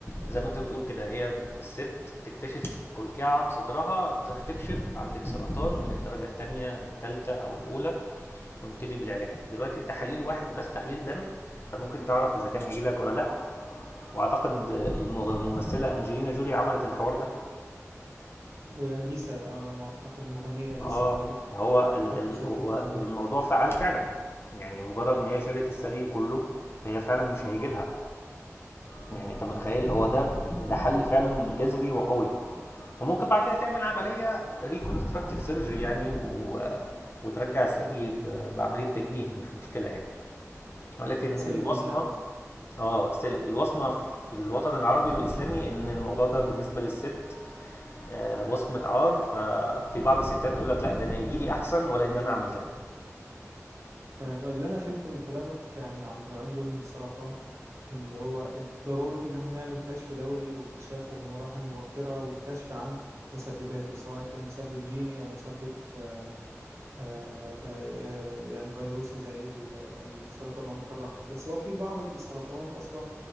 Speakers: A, on the left (about 45°); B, on the right (about 65°).
A: زي ما انت بتقول كده هي الست تكتشف كلكعه في صدرها تروح تكشف عندك سرطان من الدرجه الثانيه الثالثه او الاولى ونبتدي بالعلاج دلوقتي التحاليل واحد بس تحليل دم انت ممكن تعرف اذا كان هيجي لك ولا لا واعتقد المغ- الممثله انجلينا جولي عملت الحوار ده
B: واليسا آه ما اعتقد المغنيه اليسا
A: اه
B: برضو
A: هو ال
B: اكتشفته
A: ال هو-
B: بدري
A: والموضوع فعال فعلا يعني مجرد ما هي شالت الثدي كله فهي فعلا مش هيجي لها يعني انت متخيل هو ده ده حل فعلا جذري وقوي وممكن بعد كده تعمل عمليه ريكونستراكتيف سيرجري يعني و... وترجع الثدي ب- بعمليه تجميل مش مشكله يعني ولكن
B: سيليكون
A: البصمه
B: يعني قصدي
A: اه سلب الوصمة في الوطن العربي والإسلامي إن الموضوع ده بالنسبة للست آه، وصمة عار ففي بعض الستات تقول لك لا ده أنا يجي لي أحسن ولا إن أنا أعمل كده
B: تمام اللي انا فهمته من كلامك يعني على النوعين دول من السرطان إن اللي هو إن ضروره ان احنا نعمل كشف دوري واكتشافه في مراحل مبكره والكشف عن مسبباته سواء كان مسبب جيني او مسبب آه، آه، آه، يعني فيروسي زي ال- السرطان عنق الرحم بس هو في بعض السرطانات اصلا